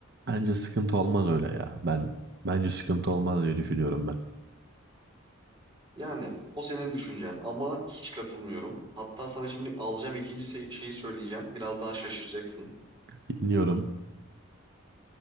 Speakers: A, on the right; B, on the right.
A: Bence sıkıntı olmaz öyle ya. Ben bence sıkıntı olmaz diye düşünüyorum ben.
B: Yani o senin düşüncen ama hiç katılmıyorum. Hatta sana şimdi alacağım ikinci se- şeyi söyleyeceğim. Biraz daha şaşıracaksın.
A: Dinliyorum.